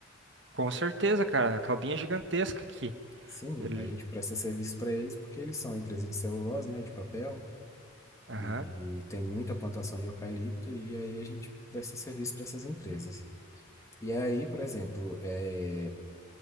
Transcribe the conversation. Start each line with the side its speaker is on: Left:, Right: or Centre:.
Right: Com certeza, cara. A calbinha é gigantesca aqui.
Left: Sim,
Right: Ele.
Left: a gente presta serviço para eles porque eles são empresa de celulose, né? De papel.
Right: Aham.
Left: e tem muita plantação de eucalipto, e aí a gente presta serviço para essas empresas. E aí, por exemplo, é,